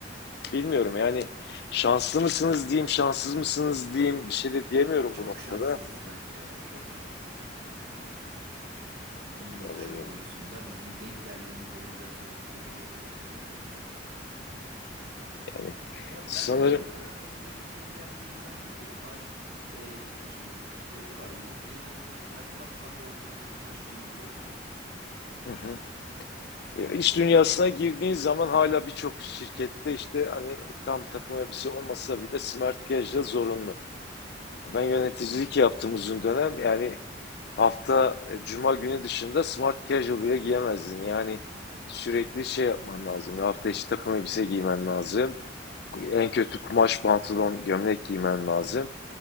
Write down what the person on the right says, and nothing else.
Çok
şanssızız bence ya çok şanssızız biz o konuda. giyim
kuşam konusunda bizim denk geldiğimiz devir biraz kötü bir devir oldu yani gerçekten.
Ha
ben yine o kadar takım elbise giyen bir insan değilim ama hani e, işin bir ciddiyeti var yine. Eninde sonunda mesela kumaş pantolon giymeyi, kumaş giymeyi çok severim mesela.
E
tabii ki tabii ki
takım
elbise.
Hı hı.